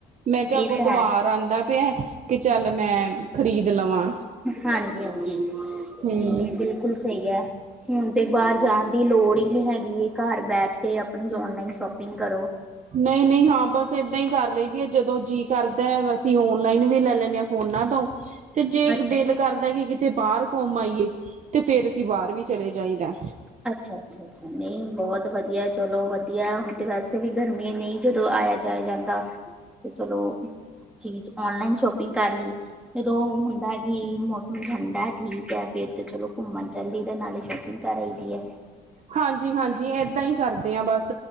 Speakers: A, on the right (about 45°); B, in the centre.
A: ਮੈਂ ਕਿਹਾ, ਅਗੋਂ
B: ਇਹ ਤਾਂ
A: ਐਤਵਾਰ
B: ਹੈ
A: ਆਉਂਦਾ ਪਿਆ। ਕਿ ਚੱਲ ਮੈਂ ਖਰੀਦ ਲਵਾਂ
B: ਹਾਂਜੀ ਹਾਂਜੀ,
A: ਹਮ
B: ਨਹੀਂ ਨਹੀਂ ਬਿਲਕੁਲ ਸਹੀ ਐ। ਹੁਣ ਤੇ ਬਾਹਰ ਜਾਣ ਦੀ ਲੋੜ ਹੀ ਨੀ ਹੈਗੀ। ਘਰ ਬੈਠ ਕੇ ਆਪਣੀ ਔਨਲਾਈਨ ਸ਼ੋਪਿੰਗ ਕਰੋ।
A: ਨਹੀਂ-ਨਹੀਂ ਹਾਂ, ਬਸ ਏਦਾਂ ਹੀ ਕਰ ਲਈਦੀ ਹੈ, ਜਦੋਂ ਜੀਅ ਕਰਦਾ ਅਸੀਂ ਔਨਲਾਈਨ ਵੀ ਲੈ ਲੈਂ ਨੇਆਂ ਫੋਨਾਂ ਤੋਂ, ਤੇ ਜੇ
B: ਅੱਛਾ
A: ਦਿਲ ਕਰਦਾ, ਕਿ ਕਿਤੇ ਬਾਹਰ ਘੁੰਮ ਆਈਏ ਤੇ ਫੇਰ ਤੇ ਬਾਹਰ ਵੀ ਚਲੇ ਜਾਈਦਾ।
B: ਅੱਛਾ ਅੱਛਾ <unintelligible> ਬਹੁਤ ਵਧੀਆ ਚਲੋ ਵਧੀਆ ਹੁਣ ਤੇ <unintelligible> ਕਿਸੇ ਵੀ ਗਰਮੀ ਨਹੀਂ, ਜਦੋਂ ਆਇਆ-ਜਾਇਆ ਜਾਂਦਾ ਤੇ ਚਲੋ ਚੀਜ਼ ਔਨਲਾਈਨ ਸ਼ੋਪ ਕਰ ਲਈ ਜਦੋਂ ਹੁੰਦਾ ਕਿ ਮੌਸਮ ਠੰਡਾ ਠੀਕ ਹੈ, ਫੇਰ ਤੇ ਚਲੋ ਘੁੰਮਨ ਜਲਦੀ ਦੇ ਨਾਲੇ ਸ਼ਾਪਿੰਗ ਕਰ ਆਈ ਏ।
A: ਹਾਂਜੀ-ਹਾਂਜੀ ਏਦਾਂ ਹੀ ਕਰਦੇ ਹਾਂ ਬਸ।